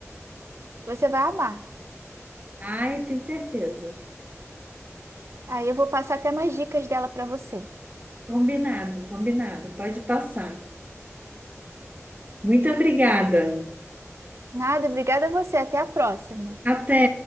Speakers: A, on the right (about 60°); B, on the right (about 30°).
A: Você vai amar.
B: Ai, eu tenho certeza.
A: Aí eu vou passar até mais dicas dela para você.
B: Combinado, combinado. Pode passar. Muito obrigada.
A: Nada, obrigada a você. Até a próxima.
B: Até.